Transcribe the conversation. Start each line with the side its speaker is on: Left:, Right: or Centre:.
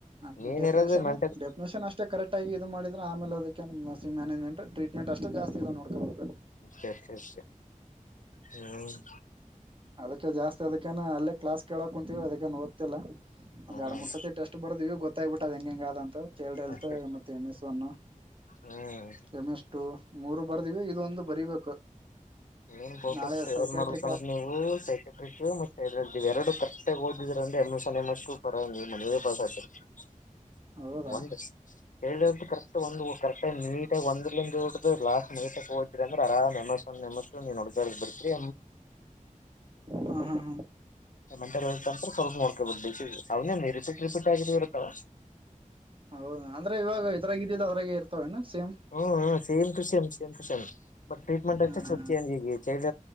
Right: ಹ
Left: ಮೇನ್
Right: ಡೆಫಿನೇಷನ್
Left: ಇರೋದು ಮೆಂಟಲ್
Right: ಡೆಫಿನೇಷನ್ ಅಷ್ಟೇ ಕರೆಕ್ಟ್ ಆಗಿ ಇದು ಮಾಡಿದ್ರ ಆಮೇಲೆ. ನರ್ಸಂಗ ಮ್ಯಾನೇಜೆಟ್ ಟೀಟ್ಮೆಂಟ್ ಅಷ್ಟ ಜಾಸ್ ಇದದೆ ನೋಡ್ಕೋಬದು.
Left: ಪ್ರೆಷರ್ಸ್ ಡೇ ಹು.
Right: ಅದಕ್ಕೆ ಜಾಸ್ತಿ ಅದಕ್ಕೇನು ಅಲ್ಲೇ ಕ್ಲಾಸ್ ಕೇಳೋಕ್ ಕುಂತೀವಿ ಅದಕ್ಕಏನ್ ಓದ್ತಿಲ್ಲ ಒಂದ್
Left: ಹ್ಮ್
Right: ಎರಡು ಮೂರ್ ಸರ್ತಿ ಟೆಸ್ಟ್ <unintelligible> ಬರ್ದ್ವ ಗೊತ್ತಾಗ್ಬ ಬಿಟ್ಟ ಅ್ ಹೆಂಗ ಹೆಂಗ ಅಂತ ಚೇಳ್ರ ಎಲ್ತು
Left: ಅಷ್ಟೇ
Right: ಮತ್ತೆಮ್ನು <unintelligible>
Left: ಹ್ಮ್
Right: ಎಮ್ಮೆಷ್ಟು ಮೂರು ಬರ್ದೀವಿ ಇದೊಂದು ಬರಿಬೇಕು
Left: ಏನ್ ಪೋಕಸ್
Right: ನಾಳೆ
Left: ಯಾವದ್
Right: ಸೈಕೆಟ್ರಿಕ
Left: ಮಾಡ್ಬೇಕಂದ್ರೆ ನೀವು ಸೈಕೆಟ್ರಿಸ್ ಮತ್ ್ <unintelligible> ಎರಡು ಕರೆಕ್ಟ ಆಗ ಓದಿದ್ರರ ಅಂದ್ರರಿ ಎಮ ಸ ಎಮ್ಮೂಪರ ನೀ ಮನವೇ ಕಲ್ಸ ಆತರಿ <unintelligible>
Right: ಹೌದಾ
Left: ಒಂದೆ <unintelligible> ಹೇಳಿು ಕರೆಕ್ಟ್ ಒಂದು ಕರೆಕ್ಟಾಗಿ ನೀಟಾಗಿ ಒಂದಂದ ಹಡ್ದು ಲಾಸ್ಟ್ ನೀಟಾಗಿ ಹೋದಿದ್ರ ಅಂದ್ರೆ ಆರಾಮ ಎಮ <unintelligible> ನಮ್ಮಷ್ಟು ನೀನ್ ನಡದಾರ ಬಿಡ್ತರಿ
Right: ಹ್ಮ ಹಾ ಹಾ
Left: ಮೆಂಟತ್ ಅಂತ ಸ್ವಲ್ಪ ನೋಡ್ಕೊ <unintelligible> ಬಡ್ಡಿ ಅವನ ರಿಪೀಟ್ ರಿಪೀಟ್ ಆಗಿದ ಇರುತ್ತವ <inaudible>
Right: ಹೌದ ಅಂದ್ರೆ ಇವಾಗ ಇದ್ರಾಗ್ ಇದಿದ್ ಅದ್ರಾಗ ಇರ್ತವ ಏ ಸೇಮ್
Left: ಹ್ಮ್ ಹ same to same same to same but treatment ಅಷ್ಟ
Right: ಹಾ
Left: <unintelligible>
Right: ಹಾ
Left: ಚಂಜ್ಗ ಐತ ಚೈಲ್ಡ್